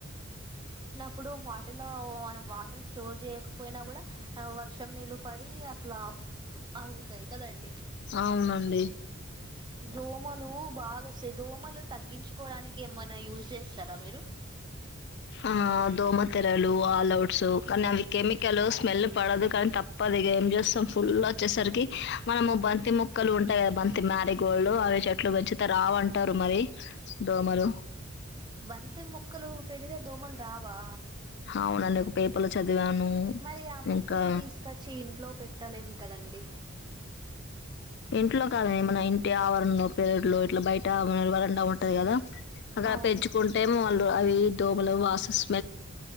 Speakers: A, on the right; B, on the left.
A: ఇప్పుడు వాటిలో మనం వాటర్ స్టోర్ జేయకపోయినా గూడా ఆ వర్షం నీళ్ళు పడి అట్లా అగుతాయి కదండి
B: అవునండి
A: దోమలు బాగొస్తాయి దోమలు తగ్గించుకోవడానికి ఏమైన్నా యూజ్ జే ఇస్తారా మీరు
B: ఆ దోమ తెెరలు ఆల్అఔట్స్ కానీ అవి కెమికల్ స్మెల్ పడదు కానీ తప్పదు ఇగ ఏంజేస్తాం ఫుల్ వచ్చేసరికి మనము బంతి మొక్కలు ఉంటాయి గదా బంతి మ్యారీగోల్డ్ అవి అట్లు పెంచితే రావంటారు మరి దోమలు
A: బంతి మొక్కలు పెడితే దోమల్ రావా
B: అవునండి. ఒక పేపర్‌లో చదివాను.
A: మరి ఆ మొక్కల్ని
B: ఇంకా
A: తీసుకొచ్చి ఇంట్లో పెట్టలేం కదన్ ఉమ్
B: ఇంట్లో కాదు ఏమన్న ఇంటి ఆవరణలో ప్లేట్లు ఇట్లా బయట వరండా ఉంటది గదా అక్కడ
A: అవును
B: పెంచుకుంటే మళ్ళ అవి దోమలు వాసస్